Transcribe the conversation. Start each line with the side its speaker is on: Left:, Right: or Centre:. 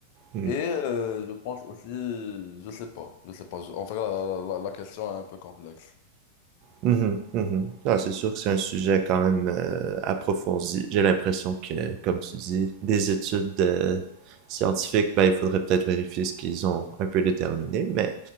Right: Mm.
Left: Et euh, je pense aussi, je sais pas, je sais pas. je- en fait, la, la- la- la question est un peu complexe.
Right: Mm -hmm, mm -hmm. c'est sûr que c'est un sujet quand même euh, approfondi. J'ai l'impression que, comme tu dis, des études euh, scientifiques, ben, il faudrait peut-être vérifier ce qu'ils ont un peu déterminé, mais,